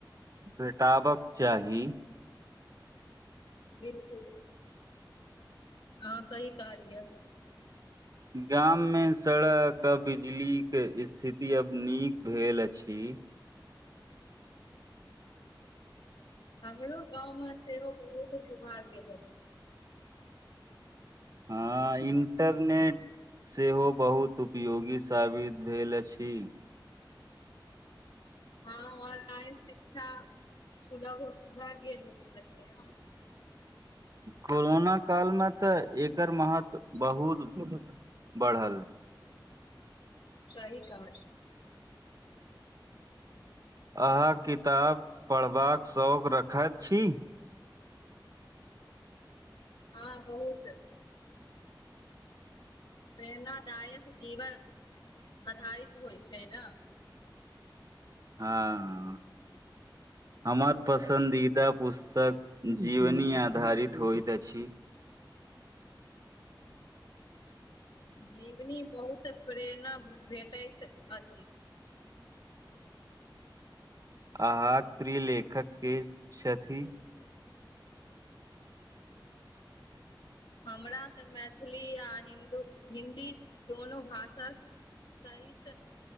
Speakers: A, on the right; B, on the left.
A: भेटाबक चाही।
B: बिल्कुल आहाँ सही कहलियै।
A: गाम मे सड़क बिजली के स्थिति अब नीक भेल अछि।
B: हमरो गाँव मे सेहो बहुत सुधार भेल अछि।
A: हँ इंन्टरनेट सेहो बहुत उपयोगी साबित भेल अछि।
B: हँ ऑनलाइन शिक्षा सुलभ भए गेल अछि, नऽ
A: कोरोना काल मे तऽ, एकर महत्व बहुत बढ़ल।
B: सही कहल
A: आहाँ किताब पड़बाक शौक रखैत छी।
B: हँ बहुत प्रेरणादायक जीवन पधारित होय छैय, न
A: हँ हमर पसंन्दीदा पुस्तक जीवनी आधारित होइत अछि।
B: जीवनी बहुत प्रेरणा भेटैत अछि।
A: आहाँक प्रिय लेखक के छथि। <inaudible>
B: हमरा तऽ, मैथिली आ हिन्दू हिन्दी दुनो भाषक सहित